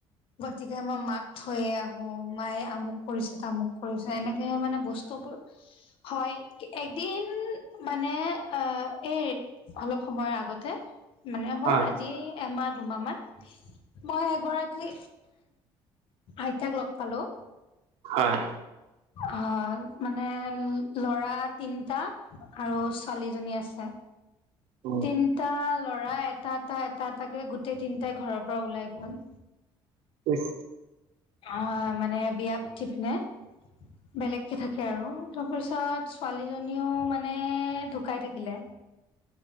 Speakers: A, on the left; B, on the right.
A: গতিকে মই মাক থৈয়ে আহো মায়ে আমুক কৰিছে তামুক কৰিছে এনেকে মানে বস্তু। <unintelligible> হয় এদিন মানে অ এইৰ অলপ সময়ৰ আগতে। মানে হ'ল
B: হয়
A: আজি এমাহ দুমাহ মান মই এগৰাকী। আইতাক লগ পালোঁ।
B: হয়।
A: অ মানে ল'ৰা তিনটা আৰু ছোৱালীএজনী আছে।
B: উম
A: তিনটা। ল'ৰা এটা এটা এটা এটাকে গোটেই তিনটাই ঘৰৰ পৰা ওলাই গ'ল।
B: ইছ।
A: অ মানে বিয়া পাতি পিনে বেলেগকে থাকে আৰু। তাৰপিছত ছোৱালীজনীও মানে ঢুকাই থাকিলে।